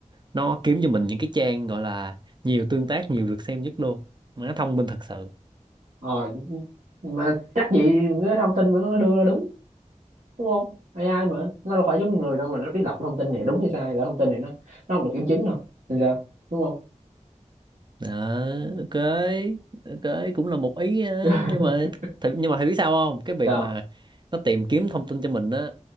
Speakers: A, on the right (about 35°); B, on the right (about 80°).
A: nó kiếm cho mình những cái trang gọi là nhiều tương tác nhiều lượt xem nhất luôn mà nó thông minh thật sự
B: Ờ, mà chắc gì cái thông tin mà nó đưa ra đúng, đúng không? AI mà, nó đâu phải giống người đâu mà nó biết lọc thông tin này đúng hay sai, để thông tin này nó nó không được kiểm chứng đâu. Thì sao? Đúng không?
A: đó ok ok cũng là một ý ờ,
B: Ừ. <laughs>
A: nhưng mà thật- nhưng mà thầy biết sao không cái việc
B: Sao?
A: mà nó tìm kiếm thông tin cho mình á